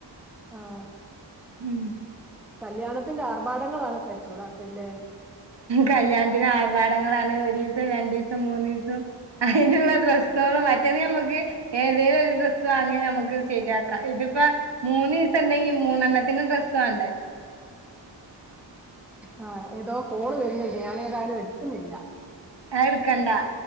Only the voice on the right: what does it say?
ഉം
കല്യാണത്തിന് ആർഭാടങ്ങളാണ്. ഒരീസം, രണ്ടീസം, മൂന്നീസം. അയ്ന്ള്ള <inaudible> ഡ്രസ്സ്കൾ മറ്റേത് നമുക്ക് ഏതേലും ഒരു ഡ്രസ്സ് വാങ്ങിയാൽ നമുക്ക് ശെരിയാക്കാം ഇതിപ്പ മൂന്നു ദിവസം ഇണ്ടെങ്കി മൂന്നെണ്ണത്തിനും ഡ്രെസ്സ് വേണ്ടേ
ആ എടുക്കണ്ടാ